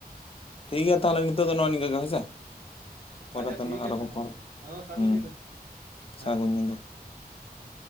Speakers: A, on the left; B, on the right.
A: ᱴᱷᱤᱠ ᱜᱮᱭᱟ ᱛᱟᱦᱚᱞᱮ ᱱᱤᱛᱚᱜ ᱫᱚ ᱱᱚᱜᱼᱚᱭ ᱱᱤᱝᱠᱹᱟ ᱜᱮ ᱦᱮᱸ ᱥᱮ ᱯᱚᱨᱮ
B: ᱟᱪᱪᱷᱟ
A: ᱛᱮᱱᱟᱜ
B: ᱴᱷᱤᱠ
A: <unintelligible> ᱟᱨ
B: ᱟᱪᱷᱮ
A: ᱦᱚᱸ ᱨᱚᱯᱚᱲᱚᱜᱼᱟ,
B: ᱢᱟ ᱦᱚᱸ ᱥᱟᱹᱜᱩᱱ
A: ᱦᱩᱸ
B: ᱧᱤᱫᱟᱹ ᱦᱮᱸ
A: ᱥᱟᱹᱜᱩᱱ ᱧᱤᱫᱟᱹ
B: ᱦᱩᱸ